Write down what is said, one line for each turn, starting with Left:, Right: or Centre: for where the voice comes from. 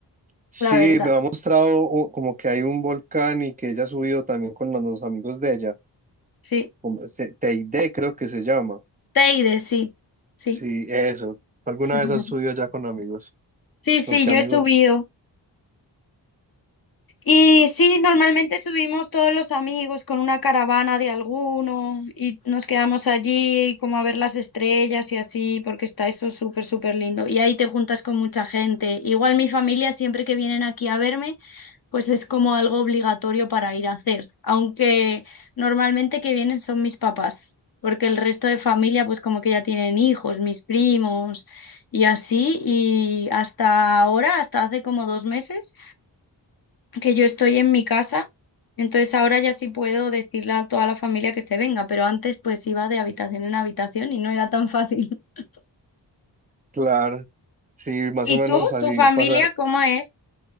Right: Sí,
Left: la verdad.
Right: me ha mostrado u- como que hay un volcán y que ella ha subido también con los, los amigos de ella.
Left: sí
Right: como se- Teide creo que se llama.
Left: Teide, sí, sí.
Right: Sí, eso. ¿Alguna
Left: <laughs>
Right: vez has subido allá con amigos?
Left: Sí, sí,
Right: ¿Con qué
Left: yo
Right: amigos?
Left: he subido. Y sí, normalmente subimos todos los amigos con una caravana de alguno y nos quedamos allí como a ver las estrellas y así, porque está eso súper, súper lindo. Y ahí te juntas con mucha gente. Igual mi familia, siempre que vienen aquí a verme, pues es como algo obligatorio para ir a hacer, aunque normalmente que vienen son mis papás, porque el resto de familia pues como que ya tienen hijos, mis primos y así, y hasta ahora, hasta hace como dos meses que yo estoy en mi casa, entonces ahora ya sí puedo decirle a toda la familia que se venga, pero antes pues iba de habitación en habitación y no era tan fácil. <laughs>
Right: Claro. Sí, más
Left: ¿Y
Right: o menos
Left: tú,
Right: así
Left: tu familia,
Right: pasa
Left: cómo es?